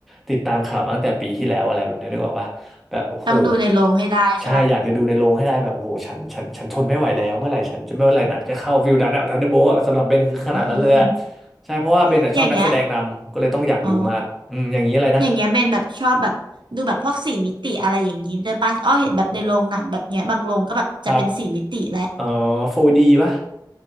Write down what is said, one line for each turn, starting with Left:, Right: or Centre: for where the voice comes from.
Centre: ติดตามข่าวมาตั้งแต่ปีที่แล้วอะไรแบบเนี้ยนึกออกปะแบบโอ้โห
Right: ต้องดูในโรงให้ได้ใช่ปะ
Centre: ใช่อยากจะดูในโรงให้ได้แบบโอ้โหฉันฉันฉันทนไม่ไหวแล้วเมื่อไหร่ฉันจะไม่เมื่อไหร่หนังจะเข้าวิวดันอะทันเดอร์โบสำหรับเบนคือขนาดนั้นเลยอะ
Right: อืม
Centre: ใช่เพราะว่าเบนอะชอบนักแสดงนำก็เลยต้องอยากดูมากอืมอย่างนี้อะไรนะ
Right: อย่างเงี้ย อ๋ออย่างเงี้ยเป็นแบบชอบแบบดูแบบพวกสี่มิติอะไรอย่างงี้ด้วยป่ะอ้อเห็นแบบในโรงหนังแบบเนี้ยบางโรงก็แบบจะเป็นสี่มิติแหละ
Centre: โอ้โหครับเอ่อโฟร์ดีป่ะ